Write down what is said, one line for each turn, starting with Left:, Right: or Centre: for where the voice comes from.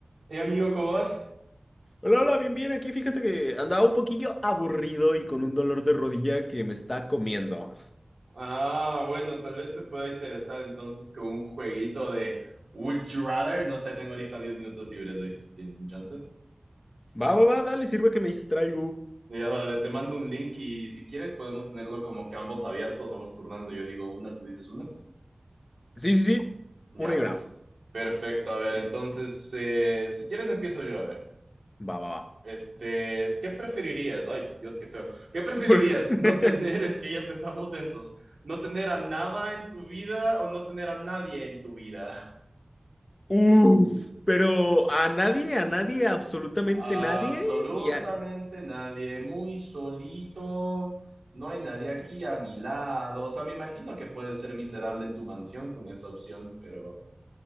Right: Hey amigo, ¿cómo vas?
Left: Hola, hola, bien, bien, aquí fíjate que andaba un poquillo aburrido y con un dolor de rodilla que me está comiendo.
Right: Ah, bueno, tal vez te pueda interesar entonces con un jueguito de Would You Rather. No sé, tengo ahorita 10 minutos libres, ¿no? dices que tienes un chance.
Left: Va, va, va, dale, sirve que me distraigo.
Right: Ya, dale, te mando un link y si quieres podemos tenerlo como que ambos abiertos, vamos turnando. Yo digo una, tú dices una.
Left: Sí, sí, sí,
Right: Ya,
Left: una y
Right: pues,
Left: una.
Right: perfecto. A ver, entonces, eh, si quieres empiezo yo, a ver.
Left: Va, va, va.
Right: Este, ¿qué preferirías? Ay, Dios, qué feo. ¿Qué preferirías?
Left: <laughs>
Right: No tener, <laughs> es que ya empezamos densos. No tener a nada en tu vida o no tener a nadie en tu vida.
Left: Uf, pero a nadie, a nadie, absolutamente
Right: Absolutamente
Left: nadie, ya.
Right: nadie, muy solito. No hay nadie aquí a mi lado. O sea, me imagino que puedes ser miserable en tu mansión con esa opción, pero